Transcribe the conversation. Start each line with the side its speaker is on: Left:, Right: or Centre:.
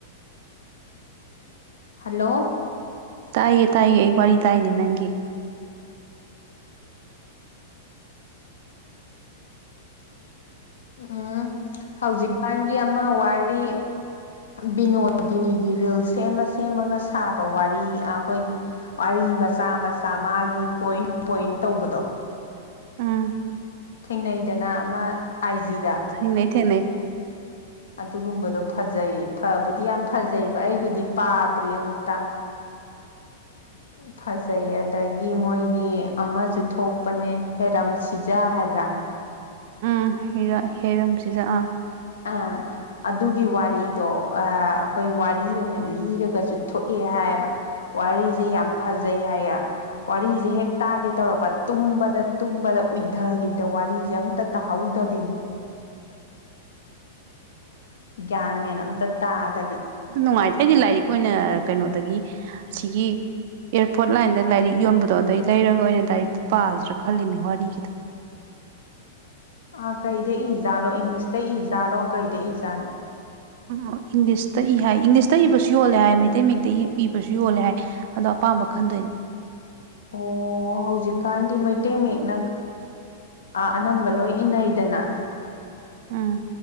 Left: ꯍꯜꯂꯣ
Right: ꯇꯥꯏꯌꯦ ꯇꯥꯏꯌꯦ ꯑꯩ ꯋꯥꯔꯤ ꯇꯥꯏꯅꯦ ꯅꯪꯒꯤ
Left: ꯎꯝ ꯍꯧꯖꯤꯛꯀꯥꯟꯒꯤ ꯑꯃ ꯋꯥꯔꯤ ꯕꯤꯅꯣꯗꯤꯅꯤꯒꯤ ꯔꯤꯜ ꯁꯦꯝꯃ ꯁꯦꯝꯃꯒ ꯁꯥꯕ ꯋꯥꯔꯤ ꯑꯩꯈꯣꯏꯒꯤ ꯋꯥꯔꯤ ꯃꯆꯥ ꯃꯆꯥ ꯃꯥꯒꯤ ꯄꯣꯏꯟ ꯄꯣꯏꯟ ꯇꯧꯕꯗꯣ
Right: ꯑꯥ
Left: ꯊꯦꯡꯅꯩꯗꯅ ꯑꯃ ꯑꯥꯏ ꯖꯤꯗ
Right: ꯊꯦꯡꯅꯩ ꯊꯦꯡꯅꯩ
Left: ꯑꯗꯨꯒꯨꯝꯕꯗꯣ ꯐꯖꯩꯌꯦꯕꯨꯗꯤ ꯌꯥꯝ ꯐꯖꯩꯕ ꯑꯩꯕꯨꯗꯤ ꯄꯥꯗ꯭ꯔꯤ ꯑꯃꯨꯛꯇ <inaudible> ꯐꯖꯩ ꯑꯗꯒꯤ ꯃꯣꯏꯒꯤ ꯑꯃꯁꯨ ꯊꯣꯛꯄꯅꯦ ꯍꯦꯔꯝ ꯁꯤꯖꯥ ꯍꯥꯏꯕ꯭ꯔꯥ <inaudible>
Right: ꯎꯤ ꯍꯦꯔꯝꯁꯤꯗ ꯑꯥ
Left: ꯑ ꯑꯗꯨꯒꯤ ꯋꯥꯔꯤꯗꯣ ꯑꯩꯈꯣꯏ ꯋꯥꯔꯤ ꯑꯣꯏꯅ ꯂꯤꯔꯒꯁꯨ ꯊꯣꯛꯑꯦ ꯍꯥꯏ ꯋꯥꯔꯤꯁꯦ ꯌꯥꯝ ꯐꯖꯩ ꯍꯥꯏ ꯋꯥꯔꯤꯁꯦ ꯍꯦꯛ ꯇꯥꯒꯦ ꯇꯔꯛꯄ ꯇꯨꯝꯕꯗ ꯎꯏꯊꯒꯤꯗ ꯋꯥꯔꯤꯁꯦ ꯑꯝꯇ ꯇꯥꯍꯧꯗꯕꯤꯅꯦ ꯒ꯭ꯌꯥꯟ ꯃꯦꯟ ꯑꯝꯇ ꯇꯥꯗꯕꯤ
Right: ꯑꯗꯨ ꯅꯨꯡꯉꯥꯏꯇꯦ ꯑꯩꯗꯤ ꯂꯥꯏꯔꯤꯛ ꯑꯣꯏꯅ ꯀꯩꯅꯣꯗꯒꯤ ꯑꯁꯤꯒꯤ ꯑꯦꯔꯄꯣꯔꯠ ꯂꯥꯏꯟꯗ ꯂꯥꯏꯔꯤꯛ ꯌꯣꯟꯕꯗꯣ ꯑꯗꯨꯗꯩ ꯂꯩꯔꯒ ꯑꯣꯏꯅ ꯂꯥꯏꯔꯤꯛꯇꯣ ꯄꯥꯈꯤꯗ꯭ꯔꯥ ꯈꯜꯂꯤꯅꯦ ꯋꯥꯔꯤꯒꯤꯗꯣ
Left: ꯑꯥ ꯀꯩꯗ ꯏꯖꯥꯠꯂꯣ ꯏꯪꯂꯤꯁꯇ ꯏꯖꯥꯠꯂꯣ ꯀꯩꯗ ꯏꯖꯥꯠꯅꯣ
Right: ꯎꯝ ꯏꯪꯂꯤꯁꯇ ꯏ ꯍꯥꯏ ꯏꯪꯂꯤꯁꯇ ꯏꯕꯁꯨ ꯌꯣꯜꯂꯦ ꯍꯥꯏ ꯃꯩꯇꯩ ꯃꯇꯩ ꯏꯕꯁꯨ ꯌꯣꯜꯂꯦ ꯍꯥꯏ ꯑꯗꯣ ꯑꯄꯥꯝꯕ ꯈꯟꯗꯣꯏꯅꯦ
Left: ꯑꯣ ꯑꯣ ꯍꯧꯖꯤꯛꯀꯥꯟꯗꯤ ꯃꯩꯇꯩ ꯃꯌꯦꯛꯅ ꯑꯅꯝꯕ ꯂꯣꯏ ꯏꯅꯩꯗꯅ
Right: ꯎꯝ